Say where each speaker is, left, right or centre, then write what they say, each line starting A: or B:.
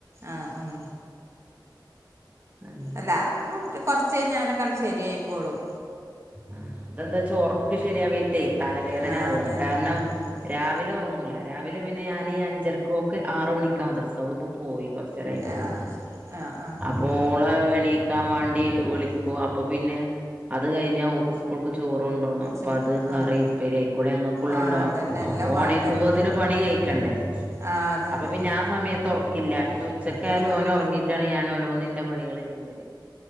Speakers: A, on the right; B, on the right.
A: ആഹ് ഉം
B: അങ്ങനെ
A: അല്ല അത് കൊർച്ചഴിഞ്ഞാലൊക്കണ്ട് ശെരിയായ്ക്കോളും.
B: ആഹ് ഇതേന്തേച്ചാ ഒർക്ക് ശെരിയാവെയ്ട്ടേ തലവേദവാന
A: ആഹ് അതന്നെ
B: കാരണം
A: ഉം ഉം
B: രാവിലെ ഒർങ്ങൂല. രാവിലെ പിന്നെ ഞാനീ അഞ്ചർക്ക് ഓക്ക് ആറ്മണിക്ക മദ്രസ് ഓളിപ്പോ പോയി കൊർ കോറച്ച് നേരം ആയി പോയിട്ട്
A: ആഹ് ശ ആഹ് ആഹ്
B: അപ്പോ
A: ആഹ്
B: ഓളെ എണീക്കാൻ വാ വിളികും അപ്പൊ പിന്നെ അത് കഴിഞ്ഞ ഓക്ക്‌ സ് കൂൾക്ക് ചോറ്ണ്ടോണം അപ്പൊ
A: സു
B: അത് കറി
A: ആഹ്
B: ഉപ്പേരി ആയിക്കൂടെ ഞങ്ങക്കുള്ളത്
A: ആഹ്
B: ഉണ്ടാക്കും
A: അതന്നെ
B: അപ്പോ
A: എല്ലാം
B: ഓന്
A: വാണ്ടേ
B: എണീക്കുമ്പോത്തിന്
A: നമ്മള്
B: പണികയും. കണ്ടേ
A: ആഹ് അതന്നെ
B: അപ്പൊ. പിന്നെ ആഹ് സമയത്ത് ഒർക്കില്ല പിന്നെ ഉച്ചക്കായാലും
A: ആഹ് ആഹ്
B: ഓന് ഒർങ്ങി റ്റാണ് ഞാന് ഓരോന്നിന്റെ പണികൾ ചെയ്യല്